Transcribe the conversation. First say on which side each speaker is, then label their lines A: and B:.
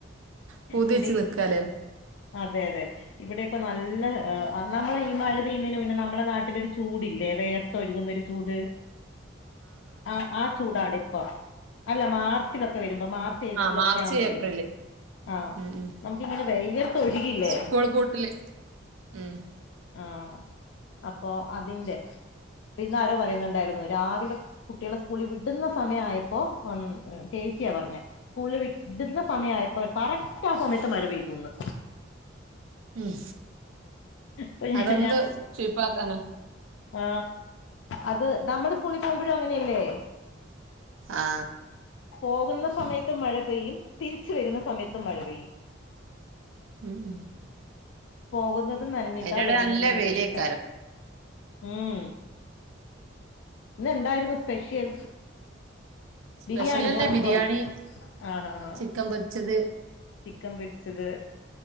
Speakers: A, on the right; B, on the left.
A: പൂതി
B: ഇവിടെ
A: വെച്ച് നിക്കാലേ
B: അതെ അതെ ഇവിടെ ഇപ്പൊ നല്ല ആ നമ്മള് ഈ മഴ പെയ്യുന്നേന് മുന്നെ നമ്മള നാട്ടിലൊരു ചൂടില്ലെ ദേ വെയർത്തൊഴുകുന്നൊരു ചൂട് ആ ആ ചൂടാണ് ഇപ്പം അല്ല മാർച്ചിലൊക്കെ വെരുമ്പോ മാർച്ച് ഏപ്രിലൊക്കെ
A: ആ മാർച്ച്
B: ആവുമ്പഴേ
A: ഏപ്രില്
B: ആഹ്
A: ഉം ഉം
B: നമക്കിങ്ങനെ വെയർത്ത് ഒഴുകില്ലേ
A: സ്കൂൾ പൂട്ടില് ഉം
B: ആഹ് അപ്പൊ അതിന്റെ ഇന്ന് ആരോ പറയുന്നുണ്ടായിരുന്നു രാവിലെ കുട്ടികളെ സ്കൂളിൽ വിടുന്ന സമയായപ്പോ ഒന്ന് ചെയ് ച്ചിയാ പറഞ്ഞെ സ്കൂളിൽ വിടുന്ന സമയായപ്പോ കറക്റ്റ് ആ സമയത്ത് മഴ പെയ്തൂന്ന്
A: ഉം
B: അപ്പൊ ഞാൻ
A: അതൊന്ന് ചീപ്പാക്കാന
B: ആ അത് നമ്മുടെ സ്കൂളി പോ മ്പഴും അങ്ങനെയല്ലേ?
A: ആ
B: പോകുന്ന സമയത്തും മഴ പെയ്യും തിരിച്ച് വെരുന്ന സമയത്തും മഴ പെയ്യും
A: ഉം ഉം
B: പോകുന്നതും നനഞ്ഞിട്ടാ
A: അതിന്റെടെ
B: വരുന്നതും
A: നല്ല
B: നനഞ്ഞിട്ടാ
A: വെയിലേക്കാരം
B: ഉം ഇന്ന് എന്തായിരുന്നു സ്പെഷ്യൽ
A: സ്പെഷ്യൽ
B: ബിരിയാണി
A: തന്നെ
B: ഓ
A: ബിരിയാണി
B: സോറി ആഹ് ആഹ് ആഹ്
A: ചിക്കൻ പൊരിച്ചത്
B: ചിക്കൻ പൊരിച്ചത്